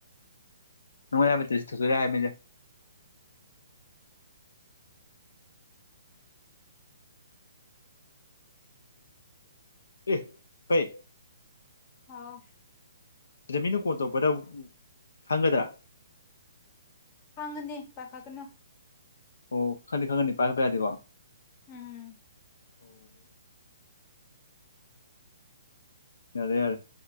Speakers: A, on the left; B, on the left.
A: ꯅ ꯃꯕ ꯇꯁꯤ ꯊꯁꯨ ꯌꯥ ꯃ ꯑꯦ ꯄꯩ
B: ꯑꯥ
A: ꯁꯤꯗꯃꯤꯅ ꯀꯣꯟ ꯇꯧꯕꯧꯕꯗ ꯈꯪꯒꯗ꯭ꯔꯥ
B: ꯍꯥꯡꯉꯅꯦ ꯄꯥꯈꯥꯒꯅ
A: ꯑꯣ ꯈꯪꯅꯤ ꯈꯪꯒꯅꯤ ꯄꯥꯏ ꯍꯥꯏꯄ ꯌꯥꯗꯤꯀꯣ
B: ꯎꯝ
A: ꯑꯣ ꯌꯥꯗ ꯌꯥꯔ